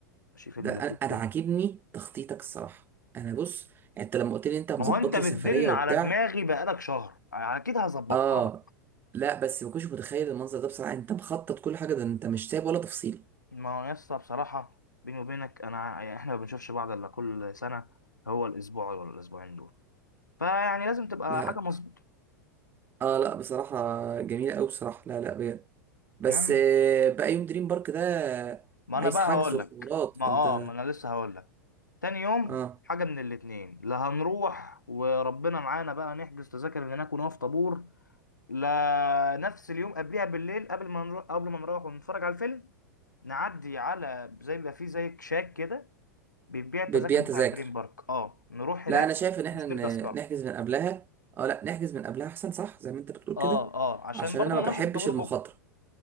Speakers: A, on the left; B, on the right.
A: ماشي فيلم
B: ده
A: لذيذ
B: انا أنا
A: كده
B: عاجبني تخطيطك الصراحه انا بص انت لما قلت لي انت مظبط
A: ما هو انت بتزن
B: لي سفريه وبتاع
A: على دماغي بقالك شهر اكيد هظبطها
B: اه
A: لك
B: لا بس ما كنتش متخيل المنظر ده بصراحه انت مخطط كل حاجه ده انت مش سايب ولا تفصيله
A: ما هو يسطا بصراحه بيني وبينك انا يعني احنا ما بنشوفش بعض الا كل سنه هو الاسبوع ولا الاسبوعين دول فيعني لازم تبقى
B: لا
A: حاجه مظبوطه
B: اه لا بصراحه جميله قوي بصراحه لا لا بجد بس
A: تمام
B: آه، بقى يوم دريم بارك ده
A: ما
B: عايز
A: انا بقى
B: حجز
A: هقول
B: وحوارات
A: لك ما
B: فانت
A: اه ما انا لسه هقول لك تاني يوم
B: اه
A: حاجه من الاتنين لا هنروح وربنا معانا بقى نحجز تذاكر من هناك ونقف طابور لا نفس اليوم قبلها بالليل قبل ما نروح قبل ما نروح ونتفرج على الفيلم نعدي على زي بيبقى فيه زي كشاك كده بيبيع التذاكر
B: بتبيع
A: بتاع
B: تذاكر
A: دريم بارك اه نروح هناك
B: لا انا شايف ان احنا
A: نشتري
B: ن-
A: تذكره
B: نحجز من قبلها اه لا نحجز من قبلها احسن صح زي ما انت بتقول
A: اه
B: كده
A: اه عشان
B: عشان
A: برضه
B: انا
A: ما
B: ما
A: نقفش
B: بحبش
A: في الطابور
B: المخاطره
A: بكره